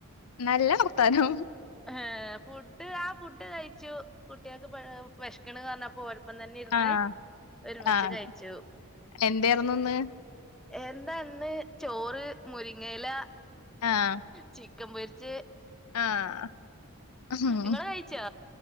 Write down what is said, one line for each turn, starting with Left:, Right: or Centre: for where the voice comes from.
Left: നല്ല വർത്താനം.
Centre: ഏഹ് ഫുഡ് ആഹ് ഫുഡ് കഴിച്ചു കുട്ട്യേക്ക് പഴ് വെശ്ക്ക്ണ്ന്ന് പർഞ്ഞപ്പോ അപ്പം തന്നെ ഇര്ന്ന്
Left: ആഹ്
Centre: ഒരുമിച്ച്
Left: ആഹ്
Centre: കഴിച്ചു.
Left: എന്തായിരുന്നു ഇന്ന്
Centre: എന്താ ഇന്ന് ചോറ്, മുരിങ്ങ എല,
Left: ആഹ്
Centre: ചി ക്കം പൊര്ച്ചേ.
Left: ആഹ് ഹ് ഉം
Centre: നിങ്ങള് കഴിച്ചോ